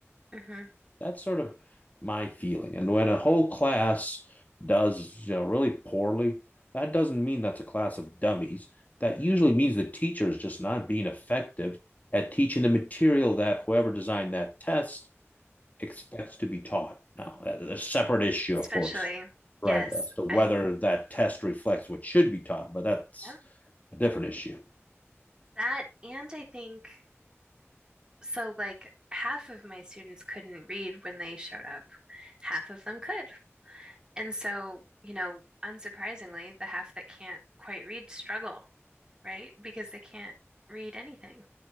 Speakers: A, on the right; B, on the left.
A: hmm
B: that's sort of my feeling. And when a whole class does you know, really poorly, that doesn't mean that's a class of dummies. That usually means the teacher is just not being effective at teaching the material that whoever designed that test expects to be taught. Now, a separate issue,
A: especially
B: of course, right,
A: yes,
B: as to whether
A: I
B: that test reflects what should be taught, but that's
A: yeah,
B: a different issue.
A: that, and I think. So, like, half of my students couldn't read when they showed up, half of them could. And so, you know, unsurprisingly, the half that can't quite read struggle, right? Because they can't read anything.